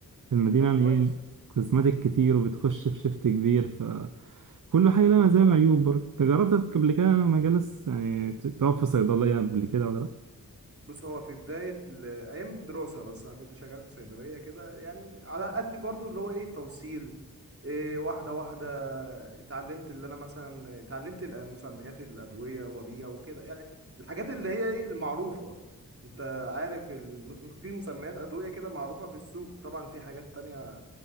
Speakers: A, on the right; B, on the right.
A: في المدينة
B: طب
A: يعني
B: كويس
A: ايه كوزماتيك كتير وبتخش في شفت كبير كل حاجة لها
B: الموضوع
A: مزايا وعيوب برضه انت جربت قبل كده مجالس يعني ت- تقف في صيدلية قبل كده ولا لأ؟
B: بص هو في بداية ال- ايام الدراسة بس انا كنت شغال في صيدلية كده يعني على قد برضو اللي هو ايه توصيل إيه واحدة واحدة اتعلمت اللي انا مثلا اتعلمت ال- مسميات الادوية وبيع وكده يعني الحاجات اللي هي ايه المعروفة انت عارف ال... في مسميات ادوية كده معروفة في السوق طبعا في حاجات تانية